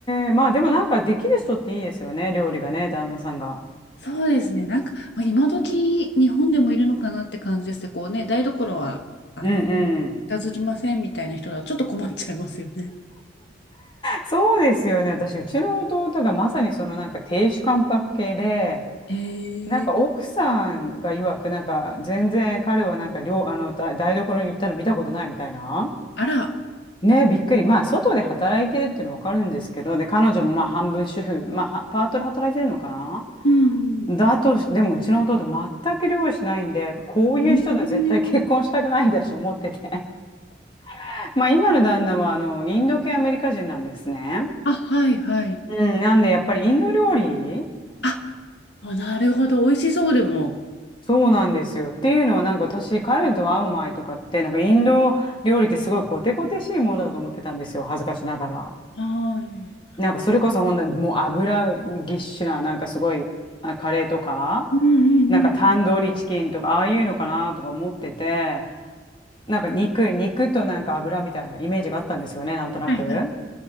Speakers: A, on the left; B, on the left.
A: え、まあでもなんかできる人っていいですよね、料理がね、旦那さんが。
B: そうですね。なんか、まあ、今時日本でもいるのかなって感じですけど、こうね、台所は、あの、
A: うんうん。
B: 片付きませんみたいな人だとちょっと困っちゃいますよね。
A: そうですよね。私、うちの弟がまさにそのなんか亭主関白系で、
B: え
A: なんか奥さんが曰く、
B: ー、
A: なんか全然彼はなんか料、あの、台台所に行ったの見たことないみたいな。
B: あら、
A: ね、びっくり。まあ、外で働いてるっていうのはわかるんですけど、で、彼女もまあ、半分主婦、まあ、はパートで働いてるのかな
B: うん
A: だとし、でも、うちの弟、全く料理しないんで、こういう人と絶対結婚したくないだろうと思ってて。
B: うん。えー
A: <laughs> まあ、今の旦那は、あの、インド系アメリカ人なんですね。
B: あ、はいはい。
A: うん、なんで、やっぱりインド料理
B: あ、あなるほど。美味しそうでも。
A: そうなんですよ。っていうのは、なんか私、彼と会う前とかって、なんかインド料理ってすごいゴテゴテしいものだと思ってたんですよ。恥ずかしながら。
B: ああ、いいね
A: なんかそれこそほんな、もう油ぎっしゅな、なんかすごい、あ、カレーとか、
B: うんうんうんうん。
A: なんかタンドリーチキンとか、ああいうのかなとか思ってて、なんか肉、肉となんか油みたいなイメージがあったんですよね、なんとなく。
B: はいはい。